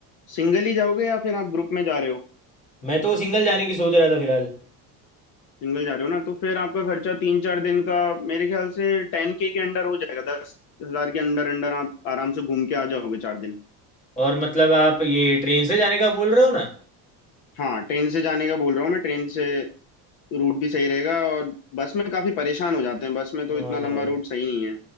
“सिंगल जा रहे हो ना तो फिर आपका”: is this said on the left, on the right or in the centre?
Left